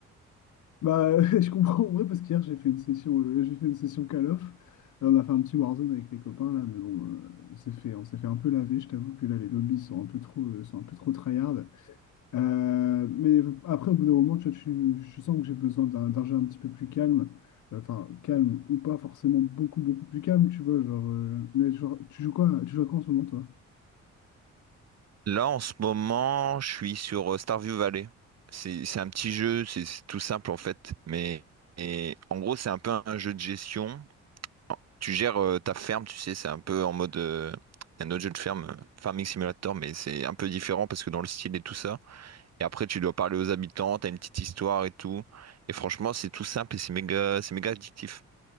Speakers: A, on the left; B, on the right.
A: Bah, <laughs> je comprends en vrai parce qu'hier j'ai fait une session, euh, j'ai fait une session Call of. Là, On a fait un petit Warzone avec les copains là, mais bon, euh, on s'est fait, on s'est fait un peu laver. Je t'avoue que là, les lobbies sont un peu trop, euh, sont un peu trop tryhard. Euh, mais après, au bout d'un moment, tu vois, tu- je sens que j'ai besoin d'un d'un jeu un petit peu plus calme. Enfin, calme ou pas forcément beaucoup, beaucoup plus calme, tu vois. Genre, euh, mais genre, tu joues quoi, tu joues à quoi en ce moment, toi?
B: Là, en ce moment, je suis sur euh, Starview Valley. C'est c'est un petit jeu, c'est c'est tout simple en fait. Mais et, en gros, c'est un peu un jeu de gestion. Tu gères euh, ta ferme, tu sais, c'est un peu en mode euh, un autre jeu de ferme, euh, Farming Simulator, mais c'est un peu différent parce que dans le style et tout ça. Et après, tu dois parler aux habitants, t'as une petite histoire et tout. Et franchement, c'est tout simple et c'est méga, c'est méga addictif.